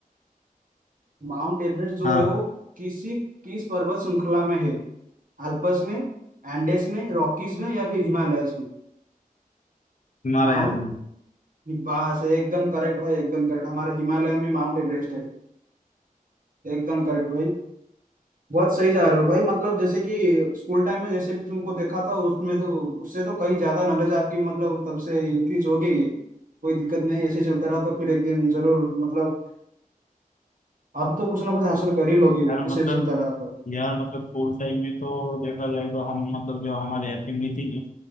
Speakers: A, on the right (about 65°); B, on the left (about 60°).
A: माउंट एवरेस्ट जो
B: हाँ
A: है वो किसी किस पर्वत श्रृंखला में है अल्पस में एंडेस में रॉकीज में या फिर हिमालयस में
B: हिमालय
A: माउंट
B: आपने
A: बस एकदम करेक्ट भाई एकदम करेक्ट हमारे हिमालय में माउंट एवरेस्ट है एकदम करेक्ट भाई बहुत सही जा रहे हो भाई मतलब जैसे कि स्कूल टाइम में जैसे भी तुमको देखा था उसमें तो उससे तो कहीं ज्यादा नॉलेज आपकी मतलब तब से इंक्रीज हो गई है कोई दिक्कत नहीं ऐसे ही चलता रहा तो फिर एक दिन जरूर मतलब आप तो कुछ ना कुछ हासिल कर ही लोगे
B: यार
A: इसे
B: मतलब
A: चलता रहा तो
B: यार मतलब स्कूल टाइम में तो देखा जाए तो हम मतलब जो हमारे असेंबली थी